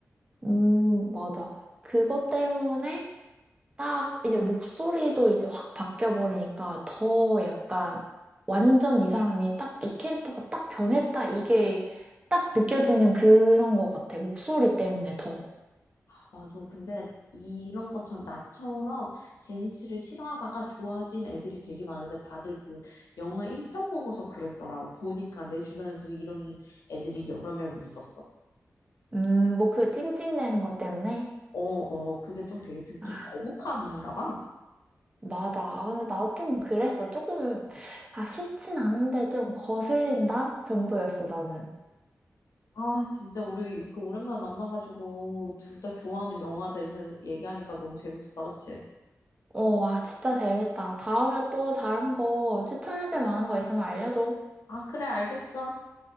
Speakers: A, on the right (about 20°); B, on the left (about 85°).
A: 음, 맞아. 그것 때문에 딱 이제 목소리도 이제 확 바뀌어 버리니까 더 약간 완전 이 사람이 딱 이 캐릭터가 딱 변했다 이게 딱 느껴지는 그런 것 같아. 목소리 때문에 더.
B: 아, 맞아. 근데 이런 것처럼 나처럼 제니치를 싫어하다가 좋아진 애들이 되게 많은데 다들 그 영화 1편 보고서 그랬더라고. 보니까 내 주변에도 이런 애들이 여러 명 있었어.
A: 음, 목소리 찡찡대는 것 때문에.
B: 어, 어, 그게 좀 되게 듣기
A: 아,
B: 거북한가 봐.
A: 맞아. 아, 근데 나도 좀 그랬어. 조금, 아, 싫진 않은데 좀 거슬린다 정도였어, 나는.
B: 아, 진짜 우리 이렇게 오랜만에 만나가지고 둘 다 좋아하는 영화에 대해서 얘기하니까 너무 재밌었다, 그치?
A: 어, 아, 진짜 재밌다. 다음에 또 다른 거 추천해줄 만한 거 있으면 알려줘.
B: 아, 그래, 알겠어.